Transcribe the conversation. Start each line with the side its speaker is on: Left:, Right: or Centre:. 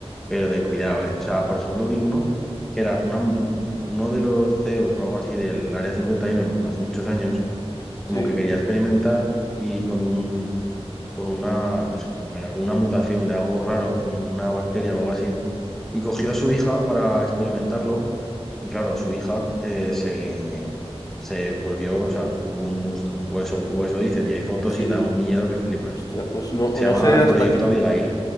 Centre: pero de cuidado, ¿eh? O sea, por ejemplo, vi uno que era una, uno de los CEOs o algo así del Área 51 en- hace muchos años, como
Left: Sí,
Centre: que quería experimentar y con un, con una, no sé cómo era, con una mutación de algo raro, una bacteria o algo así, y cogió a su hija para experimentarlo y claro, su hija eh, se, se volvió, o sea, como un monstruo, o eso, o eso dicen, y hay fotos
Left: sí.
Centre: y da un miedo que flipas.
Left: Hostia, pues no,
Centre: Se
Left: no
Centre: llama
Left: sé
Centre: el
Left: hasta
Centre: proyecto
Left: qué,
Centre: Abigail,